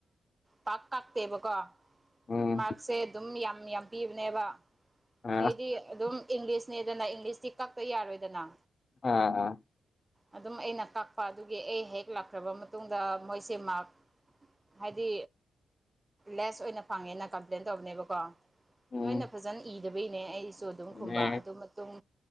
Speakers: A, on the right; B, on the left.
A: ꯄꯥꯛ ꯀꯛꯇꯦꯕꯀꯣ
B: ꯎꯝ
A: ꯃꯥꯔꯛꯁꯦ ꯑꯗꯨꯝ ꯌꯥꯝ ꯌꯥꯝ ꯄꯤꯕꯅꯦꯕ
B: ꯑ
A: ꯑꯩꯗꯤ ꯑꯗꯨꯝ ꯏꯪꯂꯤꯁꯅꯦꯗꯅ ꯏꯪꯂꯤꯁꯇꯤ ꯀꯛꯄ ꯌꯥꯔꯣꯏꯗꯅ
B: ꯑ
A: ꯑꯗꯨꯝ ꯑꯩꯅ ꯀꯛꯄ ꯑꯗꯨꯒꯤ ꯑꯩ ꯍꯦꯛ ꯂꯥꯛꯈ꯭ꯔꯕ ꯃꯇꯨꯡꯗ ꯃꯣꯏꯁꯦ ꯃꯥꯔꯛ ꯍꯥꯏꯗꯤ ꯂꯦꯁ ꯑꯣꯏꯅ ꯐꯪꯉꯦꯅ ꯀꯝꯄ꯭ꯂꯦꯟ ꯇꯧꯕꯅꯦꯕꯀꯣ
B: ꯎꯝ
A: ꯅꯣꯏꯅ ꯐꯖꯅ ꯏꯗꯕꯩꯅꯦ ꯑꯩꯁꯨ ꯑꯗꯨꯝ ꯈꯨꯝꯕ
B: ꯅꯦ,
A: ꯑꯗꯨ ꯃꯇꯨꯡ